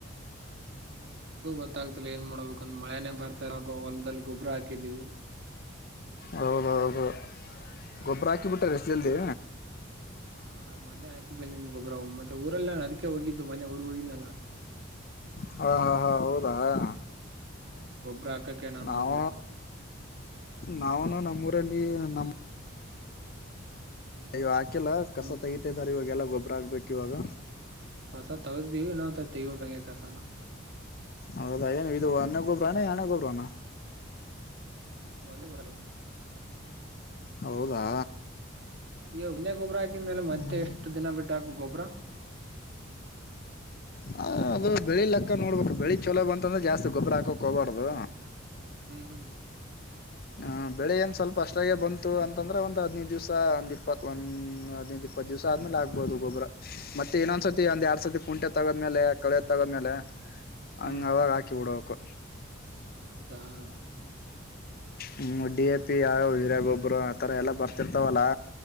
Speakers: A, on the right; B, on the left.
A: ಹ್ಮ್ ನನ್ಗೂ ಗೊತ್ತಾಗ್ತಿಲ್ಲ ಏನ್ ಮಾಡ್ಬೇಕುಂದ್ ಮಳೆನನೆ ಬರ್ತ ಆ ಹೊಲದಲ್ಲಿ ಗೊಬ್ಬ್ರ ಹಾಕಿದೀವಿ
B: ಹೌದೌದು ಗೊಬ್ಬರ
A: ಹ
B: ಹಾಕಿಬಿಟ್ಟ ಅಷ್ಟ ಜಲ್ದಿ
A: ಹಾ ಮನೆ ಹಾಕಿ ಬನ್ನಿನ್ ಗೊಬ್ಬ್ರವ ಮತ್ತೆಊಲ್ಲಾ ಅದಕೆ ಹೋಗಿದ್ದು ಮನೆ ಊರ್ಗ್ ಹೋಗಿದನಾ
B: ಹಾ ಹಾ ಹಾ ದಾ ಹ
A: ಹ ಗೊಬ್ಬ್ರ ಹಾಕಕ್ಕೆ ನಾನು
B: ನಾವ
A: ಹೋಗಿದ್ದು
B: ನಾವನು ನಮ್ಮೂರಲ್ಲಿ ನ
A: ಹ್ಮ್
B: ಅಯ್ಯ ಹಾಕೆಲ್ಲ ಕಸ
A: ನಿಮ್
B: ತೈಯತಂದಾರೆ ಇವಾಗೆಲ್ಲ ಗೊಬ್ಬರ ಆಗ್ಬೇಕು ಇವಾಗ
A: ಕಸ ತಗತೀವಿ ಇನ್ನೊಂದ್ಸ ತಗ್ಬೇಕ ಹಂಗೆ ಕಸನ
B: ಹೌದ ಏನು ಇದು ಅನ್ನೆ ಕೊಲ್ರಾನ ಎನೆ ಕೊಲ್ರಾನ
A: ಒಂದ ಬರಗ
B: ಹೌದಾ
A: ಈಗ ಉಣ್ೆ ಗೊಬ್ಬ್ರ ಹಾಕಿದ್ಮೇಲೆ ಮತ್ತೆ
B: ಹ್ಮ್
A: ಎಷ್ಟು ದಿನ ಬಿಟ್ಟ ಹಾಕು ಗೊಬ್ಬ್ರ
B: ಹ ಅದು ಬೆಳಿ ಲೆಕ್ಕ ನೋಡ್ಬೇಕು ಬೆಳಿ ಚೊಲೋ ಬಂತಂದ್ರೆ ಜಾಸ್ತಿ ಗೊಬ್ಬರ ಹಾಕಕ್ ಹೋಗಬಾರ್ದು
A: ಹ್ಮ್ ಹ್ಮ್
B: ಹ ಬೆಳೆ ಏನ್ ಸ್ವಲ್ಪ ಅಷ್ಟಾಗೆ ಬಂತು ಅಂತಂದ್ರ ಒಂದ ಹದ್ಿನೈದು ದಿವ್ಸ ಒಂದ್ ಇಪ್ಪತ್ ಒಂದ ಹದಿನೈದು್ ಇಪ್ಪ ಪ್ಪತ್ತು ದಿವಸ ಆದೇ ಆಗ್ಬೋುದು ಗೊಬ್ರ ಮತ್ತೆ ಏೊಂದಸತಿ
A: ಹ್ಮ್ ಹ್ಮ್
B: ಒಂದ್ ಎರಡ್ ಸರ್ತಿ ಕುಂಟೆ ತಗದ್ಮೇಲೆ ಕಳೆ ತಗದ್ಮೇಲೆ
A: ಹ್ಮ್
B: ಹಂಗ
A: ಹ್ಮ್
B: ಆವಾಗ ಹಾಕಿ ಬಿಡೊಕು
A: ಹೌದಾ ಹ್ಮ್ ಹ್ಮ್
B: ಹ್ಮ್ ಡಿ ಎ ಪಿ ಯೂರೀಯ ಗೊಬ್ಬರ ಆತರ ಎಲ್ಲಾ ಬರ್ತಿರ್ತಾವಲ್ಲಾ